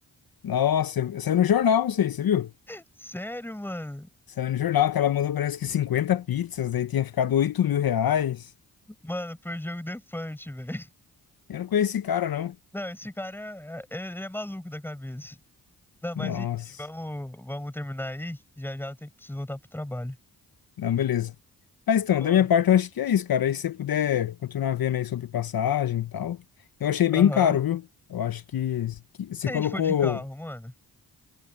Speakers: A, on the left; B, in the centre.
A: Nossa, eu- saiu no jornal isso aí, você viu?
B: <laughs> Sério, mano?
A: Saiu no jornal que ela mandou parece que 50 pizzas, daí tinha ficado oito mil reais.
B: Mano, foi o jogo defante, velho.
A: Eu não conheci esse cara, não.
B: Não, esse cara é, é- ele é maluco da cabeça. Não, mas
A: Nossa.
B: enfim, vamos, vamos terminar aí. Já já eu tenho- preciso voltar pro trabalho.
A: Não, beleza. Mas então,
B: Ó,
A: da minha parte eu acho que é isso, cara. Aí se você puder continuar vendo aí sobre passagem e tal. Eu achei bem
B: aham.
A: caro, viu? Eu acho que, que você
B: Se a
A: colocou.
B: gente for de carro, mano,